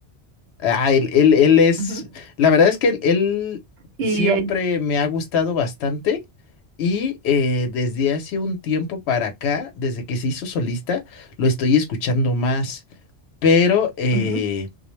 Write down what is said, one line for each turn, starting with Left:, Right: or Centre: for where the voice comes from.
Left: Ah, él, él, él es,
Right: Ujú.
Left: la verdad es que él, él
Right: Y
Left: siempre
Right: ahí,
Left: me ha gustado bastante y eh, desde hace un tiempo para acá, desde que se hizo solista, lo estoy escuchando más. Pero, eh,
Right: ujú,